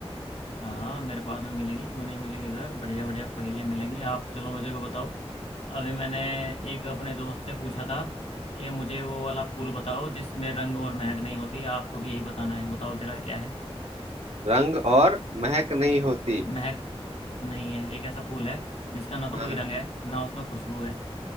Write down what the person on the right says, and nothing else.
रंग और महक नहीं होती
हाँ
हाँ।